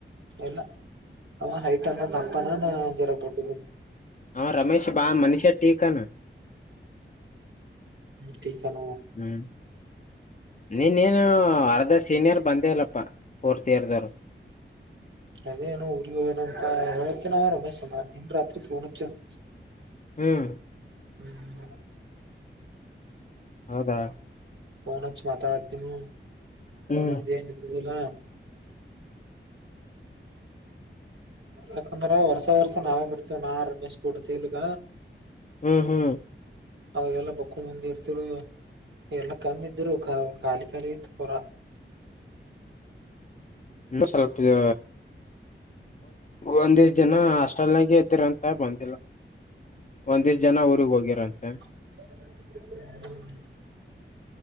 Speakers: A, on the right; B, on the left.
A: ಇಲ್ಲ ಅವ ಹೈಟ್ ಅದಾನ ದಪ್ಪ ಅದಾನ ಜರ ಗಿಡ್ಡ ಅದಾನ
B: ಆ ರಮೇಶ ಬಾಳ ಮನುಷ್ಯ ಟಿಕ ಆನ
A: ಟೀಕ ಆನ
B: ಹ್ಮ್ ನಿನ್ನೆ ಏನು ಅರ್ಧ ಸೀನಿಯರ್ ಬಂದೆ ಇಲ್ಲಪ್ಪ ಫೋರ್ತ್ ಇಯರ್ ದವರು
A: ಅದೇನೋ ಊರಿಗಿ ಹೋಗ್ಯಾನ ಅಂತ ರಮೇಶ್ ನಿನ್ನೆ ರಾತ್ರಿ ಫೋನ್ ಹಚ್ಚ್ಯನ್
B: ಹ್ಮ್
A: ಹ್ಮ್
B: ಹೌದಾ
A: ಪೋನ್ ಹಚ್ಚಿ ಮಾತಾಡಕತಿನಿ
B: ಹ್ಮ್
A: ಇದುನು ಇಲ್ಲ ಯಕಂದ್ರ ವರ್ಷ ವರ್ಷ ನಾವೇ ಬರ್ತೀವಿ ನಾ ರಮೇಶ್ ಕೂಡ್ ತಿಲಗ
B: ಹ್ಮ್ ಹ್ಮ್
A: ಅವಾಗೆಲ್ಲ ಬಕ್ಕೊಂಡ್ ಬಂದಿ ಇರ್ತಿರು ಎಲ್ಲ ಕಮ್ಮಿ ಇದ್ರು ಖಾಲಿ ಖಾಲಿ ಇತ್ತ ಪೂರ
B: ಇನ್ನು ಸ್ವಲ್ಪ ಇದೆ ಒಂದು ದಿನ ಹಾಸ್ಟೆಲ್ ನಾಗ ಇದ್ದರ ಅಂತ ಬಂದಿಲ್ಲ ಒಂದೇ ಜನ ಊರಿಗ್ ಹೋಗಿರಂತೆ.
A: <inaudible>